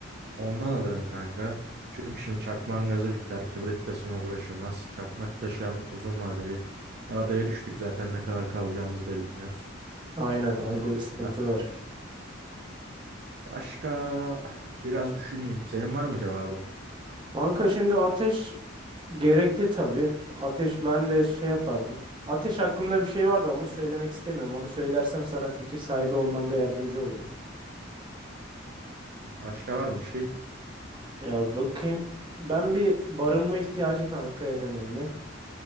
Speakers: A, on the right; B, on the right.
A: Ondan alırım kanka. Çünkü şimdi çakmağın gazı biter. Kibrit de uğraşılmaz. Çakmak taşı hem uzun vadeli. Ya adaya düştük zaten ne kadar kalacağımızı da bilmiyoruz.
B: Aynen
A: Onu
B: öyle
A: alırım
B: bir sıkıntı
A: ben.
B: var.
A: Başka biraz düşüneyim. Senin var mı cevabın?
B: Kanka şimdi ateş Gerekli tabii. Ateş ben de şey yapardım. Ateş hakkında bir şey var da onu söylemek istemiyorum. Onu söylersem sana fikir sahibi olmanda yardımcı olurum.
A: Başka var mı bir şey?
B: Ya bakayım. Ben bir barınma ihtiyacı kanka en önemli.